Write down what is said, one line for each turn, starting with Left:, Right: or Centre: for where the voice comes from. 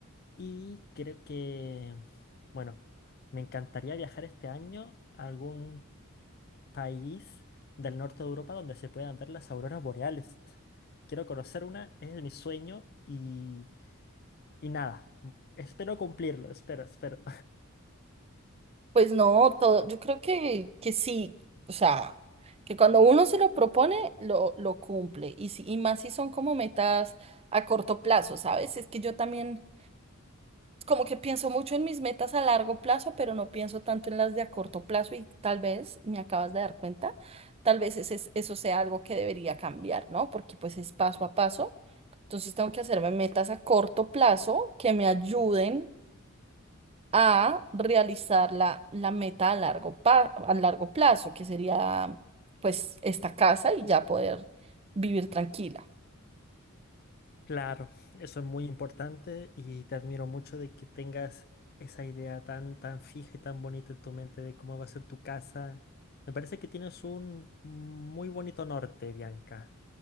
Left: Y creo que, bueno, me encantaría viajar este año a algún país del norte de Europa donde se puedan ver las auroras boreales. <laughs> Quiero conocer una, es mi sueño y, y nada. Espero cumplirlo, espero, espero.
Right: Pues no, todo, yo creo que, que sí, o sea, que cuando uno se lo propone, lo, lo cumple, y, si, y más si son como metas a corto plazo, ¿sabes? Es que yo también como que pienso mucho en mis metas a largo plazo, pero no pienso tanto en las de a corto plazo y tal vez, me acabas de dar cuenta, tal vez ese es- eso sea algo que debería cambiar, ¿no? Porque pues es paso a paso, entonces tengo que hacerme metas a corto plazo que me ayuden a realizar la, la meta a largo, pa- a largo plazo, que sería pues esta casa y ya poder vivir tranquila.
Left: Claro, eso es muy importante y te admiro mucho de que tengas esa idea tan, tan fija y tan bonita en tu mente de cómo va a ser tu casa. Me parece que tienes un muy bonito norte, Bianca.